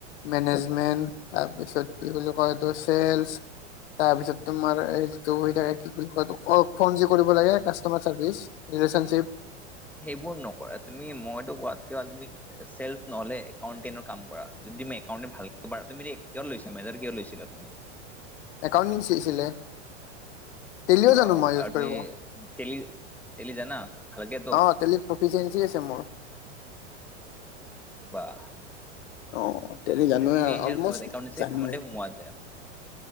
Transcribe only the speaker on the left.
মেনেজমেণ্ট তাৰপিছত কি বুলি কয় এইটো চেলচ। তাৰ পিছত তোমাৰ এই যিটো হৈ থাকে কি বুলি কয় অ ফন যে কৰিব লাগে কাষ্টমাৰ চাৰ্ভিচ। ৰিলেচনশিপ।
একাউণ্টিং আছিলে। টেলিও
জানো মই ইউজ
কৰিব
অঁ টেলিত প্ৰফিচিয়েঞ্চি আছে মোৰ।
অ তেলি জানোৱে
অলমষ্ট
জানোৱে